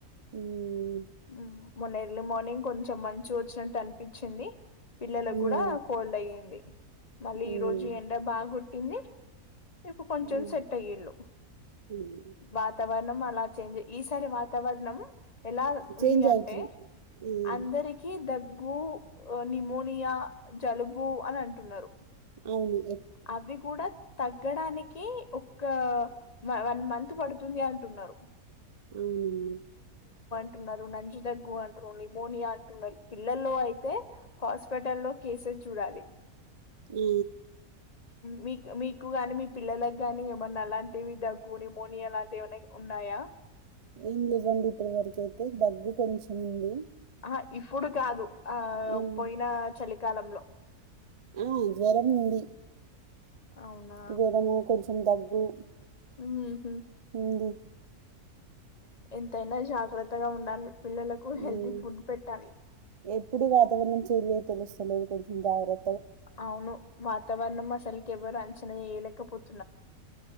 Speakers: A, on the right (about 45°); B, on the left (about 30°).
A: ఉహ్
B: ఆహ్ మొన్న ఎర్లీ మార్నింగ్ కొంచెం మంచు వచ్చినట్టు అని పిచ్చింది పిల్లలకు
A: హ్మ్.
B: కూడా కోల్డ్ అయింది మళ్ళీ
A: హ్మ్.
B: ఈ రోజు ఎండ బాగు గో ఎన్ని ఇప్పు కొంచెం
A: హ్మ్.
B: సెట్ అయ్యిల్లు
A: హ్మ్.
B: వాతావరణం లా చేంజే ఈ సారి వాతావరణం ఎల్
A: చేంజ్
B: ఉంది అంటే
A: అవుతుంది. హ్మ్.
B: అందరికీ దగ్గ్ గు నిమోనియా జలుబు అని అంటున్నారు
A: ఎవాలి
B: అవి కూడా తగ్గడానికి కి ఒక వన్ మంత్ పడుతుంది అంటున్నారు
A: అవునండి.
B: న <unintelligible> జు దగ్గు అంటున్నారు మోనియా అంటున్నారు పిల్లల్లో అయితే హాస్పిటల్లో కేసెస్ చూడాలి
A: ఉ
B: మీకు మీకు గాని మీ పిల్లల గాని ఏమన్నా అలాంటివి దగ్గు నిమోనియా అలాంటివి ఏమన్నా ఉన్నాయా
A: ఏం లేదండి ఇప్పటి వరకు అయితే దగ్గు కొంచెం ఉంది
B: ఆ ఇప్పుడు కాదు ఆ
A: హ్మ్.
B: పోయినా చలి కాలంలో
A: ఆ జ్వరము ఉంది
B: అవునా
A: జ్వరము కొంచెం దగ్గు
B: ఉహూ
A: ఉంది
B: ఎంత అయినా జ గ్రత్తగా ఉండాలి పిల్లలకు
A: మ్మ్
B: హెల్తీ ఫుడ్ పెట్టాలి
A: ఎప్పుడు వాతావరణం చలే తెలుస్తలేదు కొంచెం జాగ్రత్త
B: అవును వాతవరణం అసలకి ఎవరు అంచనా వేయ్యాలేం కపుల్